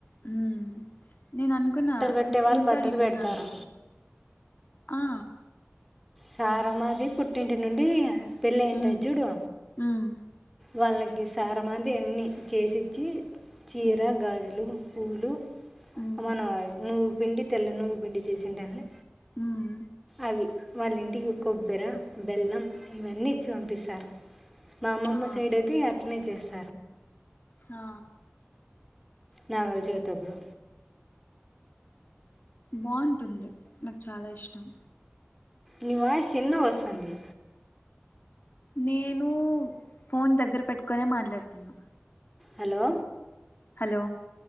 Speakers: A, on the left; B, in the centre.
A: హుమ్ నేను అనుకున్నా
B: పెట్టే
A: ముస్లిమ్సా
B: వాళ్ళు బట్టలు
A: హిందూనా
B: పెడతారు
A: అని ఆ
B: సారం అది పుట్టింటి నుండి పెళ్ళి అయింటాది
A: ఉమ్
B: జుడు
A: ఉమ్
B: వాళ్ళకి సారమాది అన్నిీ చేసిచ్చి చీరా
A: ఉమ్
B: గాజులు పూలు
A: ఉమ్
B: అ మన <unintelligible> పిండి తెల్ల నువ్వు పిండి చేసిండని
A: ఉమ్
B: అవి వాళ్ళ ఇంటికి కొబ్బరి బెల్లం ఇవన్నీ ఇచిపంపిస్తారు మా అమ్మమ్మ
A: ఆ
B: సైడ్ అయితే అట్నే చేస్తాం
A: ఆ
B: నాగులచవితి అప్పుడు
A: బాగుంటుంది నాకు చాలా ఇష్టం
B: నీ వాయిస్ చిన్న వస్తుంది
A: నేను ఫోన్ దగ్గర పెట్టుకునే మాట్లాడుతున్నా
B: హలో
A: హలో